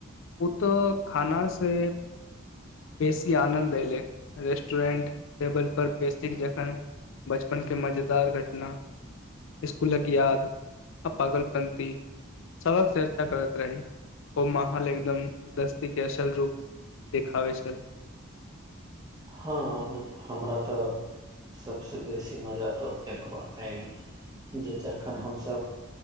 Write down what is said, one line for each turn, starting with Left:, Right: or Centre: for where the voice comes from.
Left: ओ तऽ खाना से बेसी आनन्द एऐलै रेस्टरेंट टेबल पर बेसी जखन बचपन के मजेदार घटना स्कुलक याद आ पागल पंथी सबक चर्चा करैत रही ओ माहा ल एकदम दस्ती के असल रूप देखाबै छल
Right: हँ, हमरा तऽ सभसँ बेसी मजा तऽ एतबा आयल जे जखन हमसभ